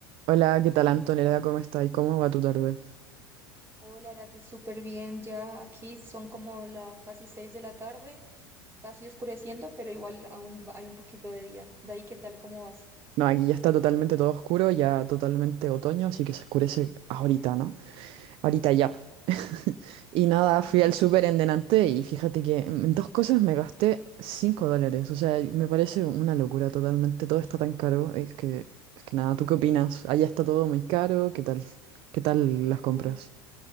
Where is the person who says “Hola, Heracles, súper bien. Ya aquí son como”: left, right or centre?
Right